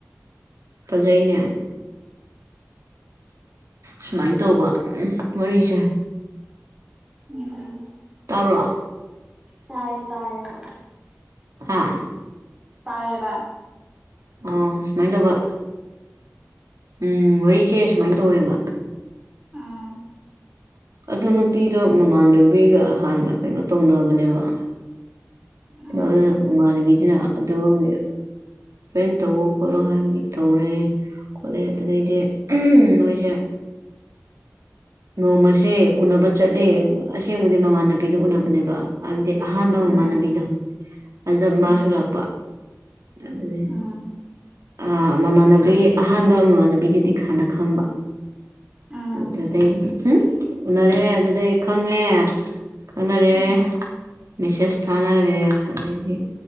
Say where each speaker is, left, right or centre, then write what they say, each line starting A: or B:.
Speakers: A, on the right; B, on the right.
A: ꯐꯖꯩꯅꯦ ꯁꯨꯃꯥꯏꯅ ꯇꯧꯕ ꯎꯝ ꯋꯥꯔꯤꯁꯦ
B: ꯎꯝ
A: ꯇꯥꯕ꯭ꯔꯣ
B: ꯇꯥꯔꯦ ꯇꯥꯔꯦ ꯍꯣꯢ
A: ꯍꯥꯥ
B: ꯇꯥꯏꯌꯦꯕ
A: ꯑꯣ ꯁꯨꯃꯥꯏ ꯇꯧꯕ ꯎꯝ ꯋꯥꯔꯤꯁꯦ ꯁꯨꯃꯥꯏꯅ ꯇꯧꯋꯦꯕ
B: ꯎꯝ
A: ꯑꯣ ꯅꯨꯄꯤꯗꯣ ꯃꯃꯥꯟꯅꯕꯤꯒ ꯍꯥꯟꯅ ꯀꯩꯅꯣ ꯇꯧꯅꯕꯅꯦꯕ
B: ꯎꯝ
A: ꯑ ꯃꯃꯥꯟꯅꯕꯤꯗꯨꯅ ꯑꯗꯨꯒꯤ ꯐ꯭ꯔꯦꯟ ꯇꯧꯑꯣ ꯈꯣꯠꯂꯣ ꯍꯥꯏꯕꯒꯤ ꯇꯧꯔꯦ ꯈꯣꯠꯂꯦ ꯑꯗꯨꯗꯩꯗꯤ ꯃꯣꯏꯁꯦ ꯅꯣꯡꯃꯁꯦ ꯎꯅꯕ ꯆꯠꯂꯦ ꯑꯁꯦꯡꯕꯗꯤ ꯃꯃꯥꯟꯅꯕꯤꯗꯨ ꯎꯅꯕꯅꯦꯕ ꯍꯥꯏꯗꯤ ꯑꯍꯥꯟꯕ
B: ꯎꯝ
A: ꯃꯃꯥꯟꯅꯕꯤꯗꯣ ꯑꯗꯥ ꯃꯥꯁꯨ
B: ꯎꯝ
A: ꯂꯥꯛꯄ ꯑꯗꯨꯗꯒꯤ
B: ꯎꯝ
A: ꯑꯥ ꯃꯃꯥꯟꯅꯕꯤ ꯑꯍꯥꯟꯕ ꯃꯃꯥꯟꯅꯕꯤꯒꯤꯗꯤ ꯍꯥꯟꯅ ꯈꯪꯕ
B: ꯎꯝ
A: ꯑꯗꯨꯗꯒꯤ ꯍꯨꯝ ꯎꯅꯔꯦ ꯑꯗꯨꯗꯩ ꯈꯪꯉꯦ ꯈꯪꯅꯔꯦ
B: ꯎꯝ
A: ꯃꯦꯁꯦꯁ ꯊꯥꯅꯔꯦ ꯑꯗꯒꯤ